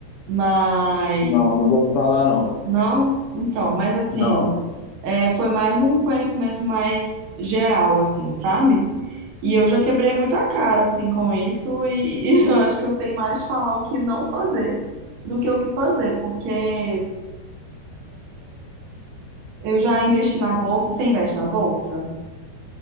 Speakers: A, on the right; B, on the left.
A: mas
B: Não, nunca ouvi falar, não.
A: não, então, mas assim,
B: Não.
A: é, foi mais um conhecimento mais geral assim, sabe? E eu já quebrei muita cara assim com isso e, e <laughs> eu acho que eu sei mais falar o que não fazer do que o que fazer, porque é, eu já investi na bolsa, você investe na bolsa